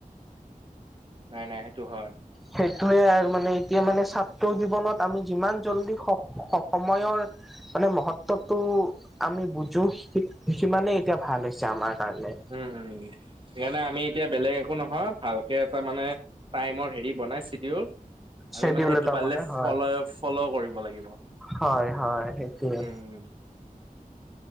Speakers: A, on the right; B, in the centre.
A: নাই নাই সেইটো হয়।
B: সেইটোয়ে আৰু মানে এতিয়া মানে ছাত্ৰ জীৱনত আমি যিমান জল্দি স স সময়ৰ মানে মহত্বতটো আমি বুজো। সিমানেই এতিয়া ভাল হৈছে আমাৰ কাৰণে।
A: উম, উম। সেইকাৰণে আমি এতিয়া বেলেগ একো নহয়, ভালকে এটা মানে টাইমৰ হেৰি বনাই চিডিউল
B: চেডিউল
A: আমি মানে সেইটো
B: এটা
A: পাৰিলে
B: বনাই
A: ফ্লয়ে
B: হয়
A: ফ্লৌ কৰিব লাগিব।
B: হয়, হয় সেইটোৱে।
A: উম উম